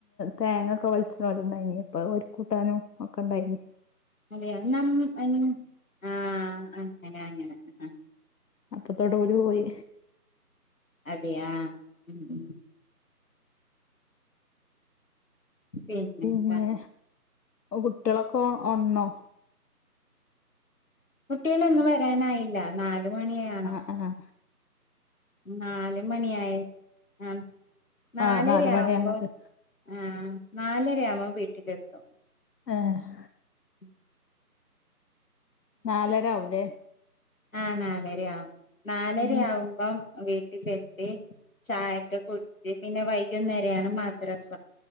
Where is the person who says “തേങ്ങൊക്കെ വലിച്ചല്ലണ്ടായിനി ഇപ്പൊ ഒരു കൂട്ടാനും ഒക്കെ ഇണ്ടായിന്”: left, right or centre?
Left